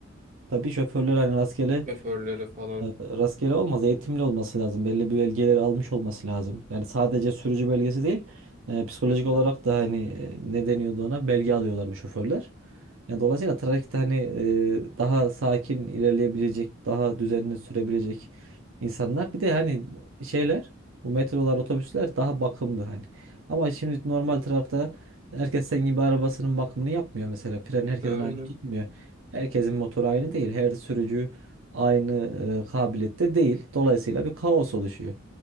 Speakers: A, on the right; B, on the right.
A: Tabii şoförler hani rastgele
B: şoförleri falan.
A: rastgele olmaz. Eğitimli olması lazım. Belli bir belgeleri almış olması lazım. Yani sadece sürücü belgesi değil, e, psikolojik
B: Evet,
A: olarak da hani e, ne deniyordu ona? Belge alıyorlar bu şoförler. Yani dolayısıyla trafikte hani e, daha sakin ilerleyebilecek, daha düzenli sürebilecek insanlar. Bir de hani şeyler, bu metrolar, otobüsler daha bakımlı hani. Ama şimdi normal trafikte herkes senin gibi arabasının bakımını yapmıyor mesela. Fren herkesin
B: aynen.
A: aynı tutmuyor. Herkesin motoru aynı değil. Her sürücü aynı e, kabiliyette değil. Dolayısıyla bir kaos oluşuyor.